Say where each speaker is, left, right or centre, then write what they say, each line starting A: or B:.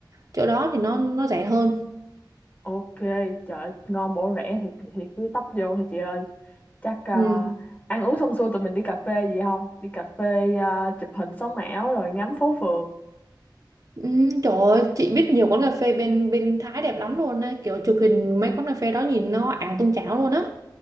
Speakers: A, on the right (about 45°); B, on the left (about 20°).
A: chỗ đó thì nó nó rẻ hơn
B: Ok, trời ơi, ngon bổ rẻ thì thì cứ tấp vô thôi chị ơi. Chắc à,
A: ừ.
B: ăn uống xong xuôi tụi mình đi cà phê gì không? Đi cà phê à, chụp hình sống ảo rồi ngắm phố phường.
A: Ừ, trời ơi, chị biết nhiều quán cà phê bên bên Thái đẹp lắm luôn á kiểu chụp hình mấy quán cà phê đó nhìn nó ảo tung chảo luôn á